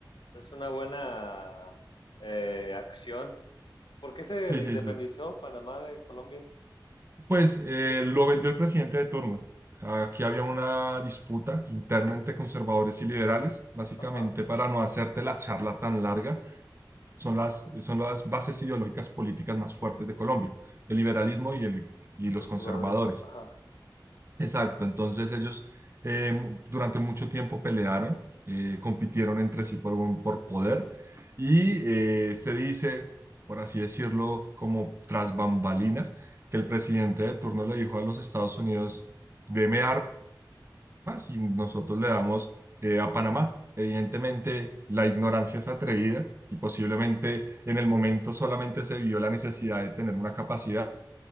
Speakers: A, on the left; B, on the right.
A: es una buena eh, acción. ¿Por qué se
B: Sí, sí,
A: independizó
B: sí.
A: Panamá de Colombia?
B: Pues eh, lo vendió el presidente de turno. Aquí había una disputa interna entre conservadores y liberales, básicamente
A: Ajá,
B: para no hacerte la charla tan larga, son las, son las bases ideológicas políticas más fuertes de Colombia, el liberalismo y, el, y los
A: conservadurismo.
B: conservadores.
A: Ajá,
B: Exacto, entonces ellos eh, durante mucho tiempo pelearon, eh, compitieron entre sí por, un- por poder y eh, se dice, por así decirlo, como tras bambalinas, que el presidente de turno le dijo a los Estados Unidos, deme más y nosotros le damos eh, a Panamá. Evidentemente, la ignorancia es atrevida y posiblemente en el momento solamente se vio la necesidad de tener una capacidad